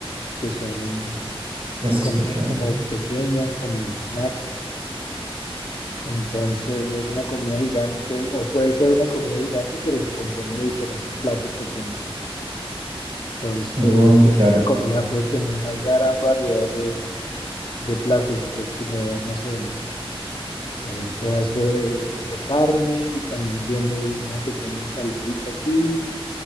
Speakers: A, on the left; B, on the right.
A: que son
B: ¿Las has
A: comidas
B: escuchado?
A: como pequeñas, como snacks Entonces no es una comida gigante, o puede ser una comida gigante, pero se compone de diferentes platos pequeños. Entonces
B: No,
A: en
B: claro.
A: una comida puedes tener una gran variedad de, de platos, puedes tener, no sé, eh, un pedazo de, de carne y también tienes una pequeña ensaladita aquí,